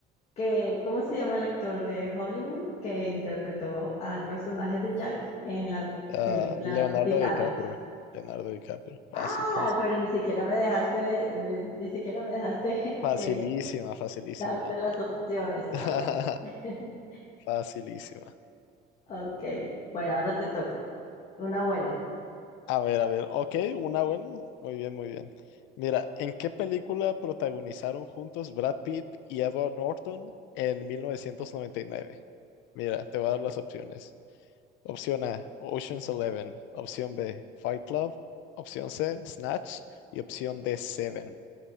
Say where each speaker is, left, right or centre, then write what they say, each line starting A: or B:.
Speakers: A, on the left; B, on the left.
A: que, ¿cómo se llama el actor de Hollywood que interpretó al personaje de Jack en la
B: Ah,
A: película
B: Leonardo
A: Titanic?
B: DiCaprio. Leonardo DiCaprio. Fácil,
A: Ah,
B: fácil.
A: pero ni siquiera me dejaste, ni ni siquiera me dejaste
B: Facilísima,
A: <laughs> eh,
B: facilísima.
A: darte las opciones.
B: <laughs>
A: Ah, bueno, <laughs>
B: Facilísima.
A: ok. Bueno, ahora te toca. Una buena.
B: A ver, a ver. Ok, una buena. Muy bien, muy bien. Mira, ¿en qué película protagonizaron juntos Brad Pitt y Edward Norton en 1999? Mira, te voy a dar las opciones. Opción A, Ocean's Eleven. Opción B, Fight Club. Opción C, Snatch. Y opción D, Seven.